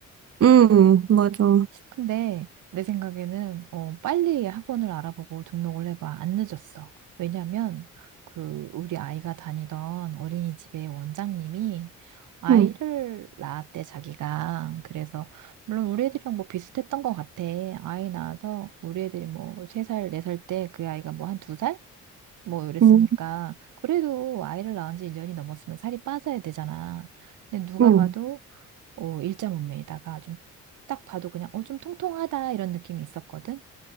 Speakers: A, on the right; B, on the right.
A: 음, 맞아.
B: 근데 내 생각에는 어, 빨리 학원을 알아보고 등록을 해봐. 안 늦었어. 왜냐면 그 우리 아이가 다니던 어린이집의 원장님이 아이를
A: 음.
B: 낳았대 자기가. 그래서 물론 우리 애들이랑 뭐 비슷했던 것 같아. 아이 낳아서 우리 애들이 뭐 세 살 네 살 때 그 아이가 뭐 한 두 살 뭐 이랬으니까
A: 음.
B: 그래도 아이를 낳은 지 일년이 넘었으면 살이 빠져야 되잖아. 근데 누가
A: 응,
B: 봐도 어, 일자 몸매에다가 좀 딱 봐도 그냥 어, 좀 통통하다 이런 느낌이 있었거든.